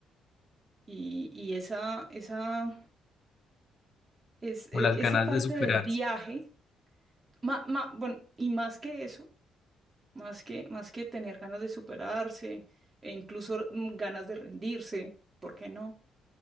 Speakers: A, on the right (about 30°); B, on the left (about 50°).
A: y, y esa, esa, es,
B: con
A: e-
B: las ganas
A: esa parte
B: de superarse.
A: del viaje, ma- ma- bueno, y más que eso más que, más que tener ganas de superarse e incluso mm, ganas de rendirse, ¿por qué no?